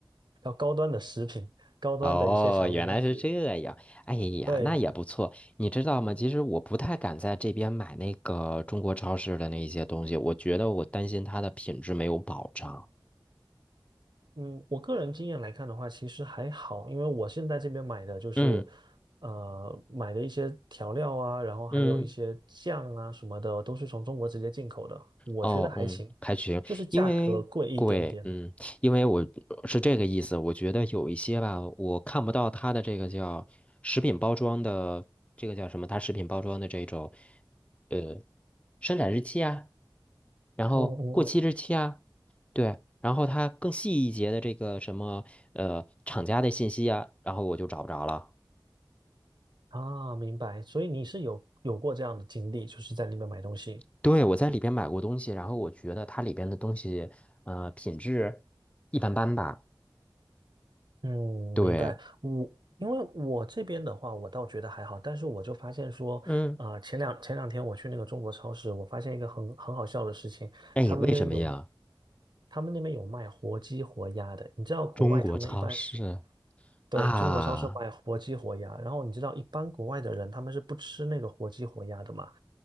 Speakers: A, on the right (about 60°); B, on the left (about 15°).
A: 比较高端的食品，高端的一些小零食。
B: 哦，原来是这样。哎呀，
A: 对，
B: 那也不错。你知道吗？其实我不太敢在这边买那个中国超市的那一些东西，我觉得我担心它的品质没有保障。
A: 嗯，我个人经验来看的话，其实还好，因为我现在这边买的就是
B: 嗯
A: 呃买的一些调料啊，然后还有一些酱啊什么的，
B: 嗯。
A: 都是从中国直接进口的，我觉得还行，
B: 哦，嗯，还行，
A: 就是价格贵一点点。
B: 因为贵，嗯，因为我是这个意思，我觉得有一些吧，我看不到它的这个叫食品包装的，这个叫什么？它食品包装的这种，呃，生产日期啊，然后过期日期啊，
A: 嗯嗯嗯。
B: 对，然后它更细一节的这个什么，呃，厂家的信息啊，然后我就找不着了。
A: 啊，明白。所以你是有有过这样的经历，就是在那边买东西。
B: 对，我在里边买过东西，然后我觉得它里边的东西，呃，品质一般般吧，
A: 嗯，
B: 对。
A: 明白。我因为我这边的话，我倒觉得还好，但是我就发现说，
B: 嗯，
A: 啊、前两前两天我去那个中国超市，我发现一个很很好笑的事情，
B: 哎，
A: 他们那边有，
B: 为什么呀？
A: 他们那边有卖活鸡活鸭的。你知道国外他们一般是，
B: 中国超市
A: 对，
B: 啊，
A: 中国超市卖活鸡活鸭，然后你知道一般国外的人他们是不吃那个活鸡活鸭的嘛，